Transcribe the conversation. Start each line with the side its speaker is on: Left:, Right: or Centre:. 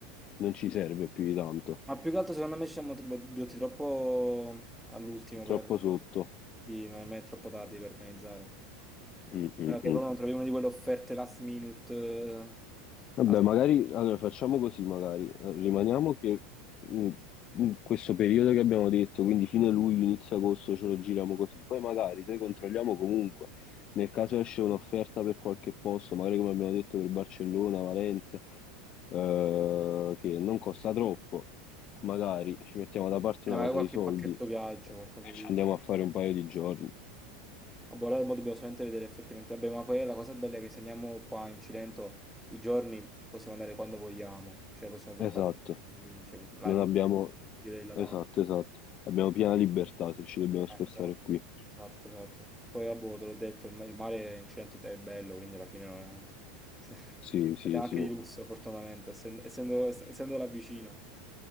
Left: non ci serve più di tanto.
Centre: Ma più che altro secondo me ci siamo tri- ridotti troppo all'ultimo
Left: Troppo
Centre: per...
Left: sotto.
Centre: Sì, non è mai troppo tardi per organizzare. A
Left: Mm, mm,
Centre: meno che
Left: mm.
Centre: loro non trovi una di quelle offerte last minute. eh,
Left: Vabbè,
Centre: a-
Left: magari allora facciamo così, magari Eh, rimaniamo che mh, in questo periodo che abbiamo detto, quindi fine luglio, inizio agosto ce lo giriamo così. Poi magari noi controlliamo comunque, nel caso esce un'offerta per qualche posto, magari come abbiamo detto per Barcellona, Valencia, eh, che non costa troppo, magari ci mettiamo da parte
Centre: Eh,
Left: una
Centre: magari
Left: cosa
Centre: qualche
Left: di soldi
Centre: pacchetto viaggio,
Left: e
Centre: qualcosa di...
Left: ci andiamo a fare un paio di giorni.
Centre: Ah, boh, allora mo dobbiamo solamente vedere effettivamente. Vabbè, ma poi la cosa bella è che se andiamo qua in Cilento i giorni possiamo andare quando vogliamo, cioè possiamo pure
Left: Esatto.
Centre: farci cioè, là
Left: Non
Centre: in Molise,
Left: abbiamo...
Centre: dire la
Left: Esatto,
Centre: data.
Left: esatto. Abbiamo piena libertà se ci dobbiamo
Centre: Eh,
Left: spostare
Centre: esatto,
Left: qui.
Centre: esatto, esatto. Poi vabbè, te l'ho detto, il, ma- il mare in Cilento è bello, quindi alla fine non è- <laughs> se-
Left: Sì, sì,
Centre: andiamo
Left: sì.
Centre: anche di lusso, fortunatamente, essendo, essendo, essendo là vicino.